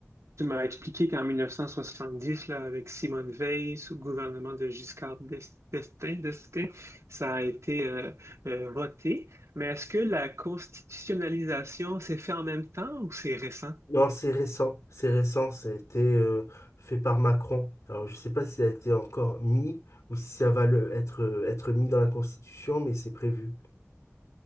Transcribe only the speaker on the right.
tu m'as expliqué qu'en 1970, là, avec Simone Veil, sous le gouvernement de Giscard d'Est- d'Estaing, d'Estaing, ça a été euh, euh, voté. Mais est-ce que la constitutionnalisation s'est faite en même temps ou c'est récent?